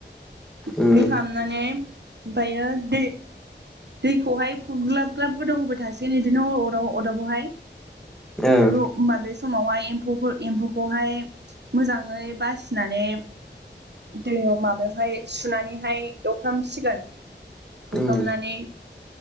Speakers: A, on the right; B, in the centre.
A: गुन्दै
B: उम
A: खालामनानै ओमफ्रायो दै दैखौहाय फु ग्लाब ग्लाब गोदौ होबाय थासिगोन बिदिनो अर अरदाबावहाय
B: ओं
A: होनबा बे समावहाय एम्फौ एम्फौखौहाय मोजाङै बासिनानै दैयाव माबायावहाय सुनानैहाय एवफ्रामसिगोन। हुफ्रामनानै
B: उम